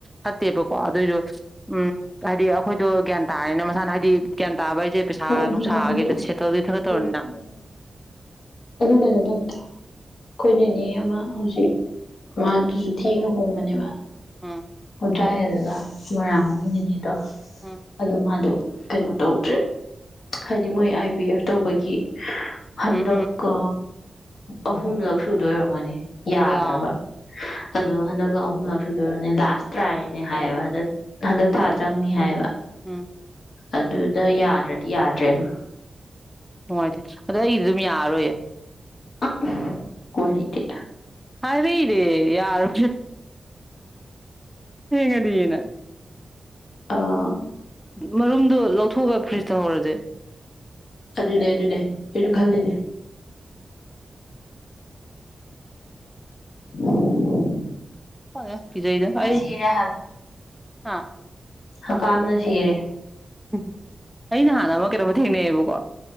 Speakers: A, in the centre; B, on the left.
A: ꯐꯠꯇꯦꯕꯀꯣ ꯑꯗꯨꯏꯁꯨ ꯎꯝ ꯀꯔꯤ ꯈꯣꯏꯗꯣ ꯒ꯭ꯌꯥꯟ ꯇꯥꯔꯅꯦ ꯃꯁꯥꯅ ꯍꯥꯏꯗꯤ ꯒ꯭ꯌꯥꯟ ꯇꯥꯕ ꯍꯥꯏꯁꯦ ꯄꯩꯁꯥ
B: ꯍꯣꯏ ꯑꯗꯨꯗꯕꯨꯗꯤ
A: ꯅꯨꯡ ꯁꯥꯒꯦꯗ ꯁꯦꯠꯇꯜꯗꯤ ꯈꯔ ꯇꯧꯔꯅꯤꯗꯅ
B: ꯎꯝ ꯑꯗꯨ ꯀꯩꯅꯣ ꯇꯧꯗ꯭ꯔꯥ ꯑꯩꯈꯣꯏ ꯅꯦꯅꯦ ꯑꯃ ꯍꯧꯖꯤꯛ ꯃꯥ ꯑꯗꯨꯖꯨ ꯊꯦꯡꯅ ꯍꯣꯡꯕꯅꯦꯕ
A: ꯎꯝ
B: ꯀꯨꯟꯊ꯭ꯔꯥ ꯍꯦꯜꯂꯒ ꯃꯣꯏꯔꯥꯡ
A: ꯎꯝ
B: ꯂꯣꯝꯒꯤ ꯅꯦꯅꯦꯗꯣ
A: ꯎꯝ
B: ꯑꯗꯣ ꯃꯥꯗꯣ ꯀꯩꯅꯣ ꯇꯧꯗ꯭ꯔꯦꯕ ꯍꯥꯏꯗꯤ ꯃꯣꯏ ꯕꯤ ꯑꯦꯐ ꯇꯧꯕꯒꯤ ꯍꯟꯗꯛ
A: ꯎꯝ ꯎꯝ ꯎꯝ
B: ꯀ ꯑꯍꯨꯝꯂꯛ ꯁꯨꯗꯣꯏ ꯑꯣꯏꯔꯝꯒꯅꯤ ꯌꯥꯗ꯭ꯔꯕ
A: ꯑꯌꯥ
B: ꯑꯗꯣ ꯍꯟꯗꯛ ꯑꯍꯨꯝꯂꯛ ꯁꯨꯗꯣꯏꯔꯅꯤ ꯂꯥꯁꯇ ꯇ꯭ꯔꯥꯏꯅꯦ ꯍꯥꯏꯌꯦꯕ ꯍꯟꯗꯛ ꯍꯟꯗꯛ ꯊꯥ ꯆꯪꯅꯤ ꯍꯥꯏꯌꯦꯕ
A: ꯎꯝ
B: ꯑꯗꯨꯗ ꯌꯥꯗ꯭ꯔꯗꯤ ꯌꯥꯗ꯭ꯔꯦ ꯑꯗꯨꯝ
A: ꯅꯨꯡꯉꯥꯏꯇꯦ ꯑꯗꯣ ꯑꯩꯗꯤ ꯑꯗꯨꯝ ꯌꯥꯔꯔꯣꯏꯌꯦ
B: ꯑ ꯋꯥꯗ
A: ꯍꯥꯏꯗꯦ ꯏꯔꯦ ꯌꯥꯔ ꯍꯉꯗꯤ ꯌꯦꯅ
B: ꯑꯥ
A: ꯃꯔꯨꯝꯗꯣ ꯂꯧꯊꯣꯛꯑꯒ ꯐ꯭ꯔꯤꯖꯇ ꯍꯧꯔꯁꯦ
B: ꯑꯗꯨꯅꯦ ꯑꯗꯨꯅꯦ ꯑꯩꯁꯨ ꯈꯜꯗꯅꯦ ꯎꯝ
A: ꯀ ꯆꯗ ꯑꯩ
B: ꯁꯤꯔꯦ
A: ꯑ
B: ꯍꯀꯥꯝꯅ ꯁꯤꯔꯦ
A: ꯎ ꯑꯩꯅ ꯍꯥꯟꯅ ꯑꯃ ꯀꯩꯅꯣꯝ ꯊꯦꯡꯅꯩꯌꯦꯕꯀꯣ